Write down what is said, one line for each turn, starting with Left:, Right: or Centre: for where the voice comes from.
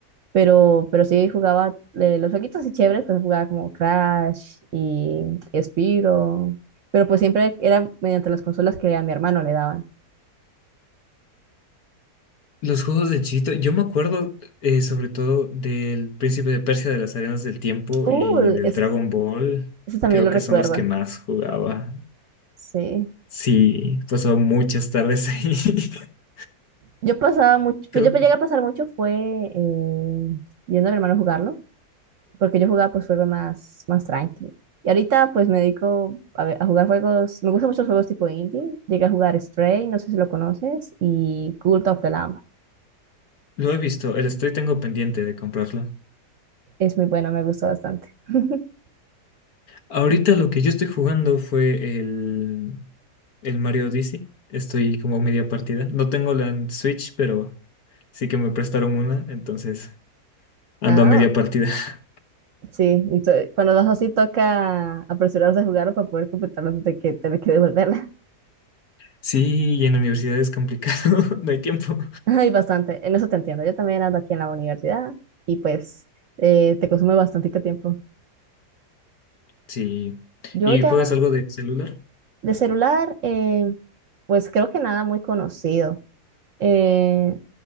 Right: Pero, pero sí jugaba eh, los jueguitos así chéveres, pues jugaba como Crash y, y Spyro. Pero pues siempre era mediante las consolas que a mi hermano le daban.
Left: Los juegos de Chito, yo me acuerdo eh, sobre todo del Príncipe de Persia, de las Arenas del Tiempo
Right: Uh,
Left: y del
Right: es-
Left: Dragon Ball,
Right: eso también
Left: creo
Right: lo recuerdo.
Left: que son los que más jugaba.
Right: Sí.
Left: Sí, pasó muchas tardes ahí. <laughs>
Right: Yo pasaba mucho,
Left: Creo
Right: pues yo llegué
Left: que
Right: a pasar mucho fue eh, viendo a mi hermano jugarlo, porque yo jugaba pues juegos más, más tranqui. Y ahorita pues me dedico a, ve- a jugar juegos, me gustan mucho los juegos tipo indie. Llegué a jugar Stray, no sé si lo conoces, y Cult of the Lamb.
Left: lo he visto, el Stray tengo pendiente de comprarlo.
Right: Es muy bueno, me gustó bastante. <laughs>
Left: Ahorita lo que yo estoy jugando fue el, el Mario Odyssey. Estoy como media partida. No tengo la en Switch, pero sí que me prestaron una, entonces ando
Right: Ah,
Left: a media partida. <laughs>
Right: sí. Y to- cuando das así toca apresurarse a jugarlo para poder completarlo antes de que tener que devolverla.
Left: Sí, y en la universidad es complicado, <laughs> no hay tiempo.
Right: <laughs> Ay, bastante. En eso te entiendo. Yo también ando aquí en la universidad y pues eh, te consume bastante tiempo.
Left: Sí.
Right: Yo
Left: ¿Y
Right: ya
Left: juegas algo de celular?
Right: de celular, eh, pues creo que nada muy conocido. Eh,